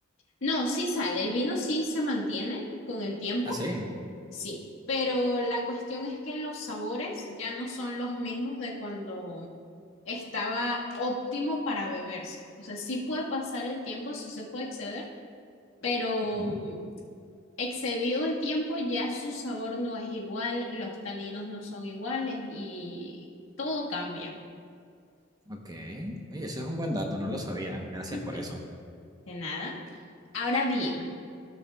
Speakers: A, on the left; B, on the right.
A: No, sí sale, el vino sí se mantiene con el tiempo,
B: Ah, sí.
A: sí, pero la cuestión es que los sabores ya no son los mismos de cuando estaba óptimo para beberse. O sea, sí puede pasar el tiempo, sí se puede exceder, pero
B: Ujú.
A: Excedido el tiempo, ya su sabor no es igual, los taninos no son iguales y todo cambia.
B: Ok. Oye, eso es un buen dato, no lo sabía. Gracias
A: Ujú,
B: por eso.
A: De nada. Ahora bien,